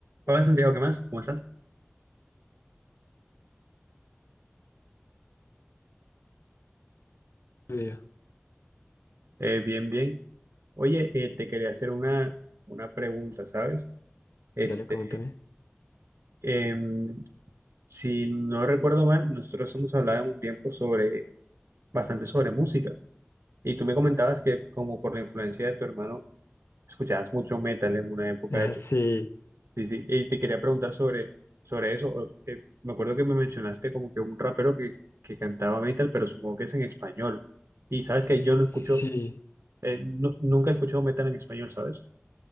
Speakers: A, on the right (about 70°); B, on the left (about 60°).
A: Hola Santiago, ¿qué más? ¿Cómo estás?
B: Video,
A: Eh, bien, bien. Oye, eh, te quería hacer una, una pregunta, ¿sabes? Este,
B: dale, coméntame.
A: em, si no recuerdo mal, nosotros hemos hablado en un tiempo sobre, bastante sobre música. Y tú me comentabas que como por la influencia de tu hermano, escuchabas mucho metal en una época
B: Ah,
A: de tu...
B: sí,
A: Sí, sí, y te quería preguntar sobre, sobre eso. O, eh, me acuerdo que me mencionaste como que un rapero que, que cantaba metal, pero supongo que es en español. Y sabes que yo
B: sí.
A: no escucho Eh, nu- nunca he escuchado metal en español, ¿sabes?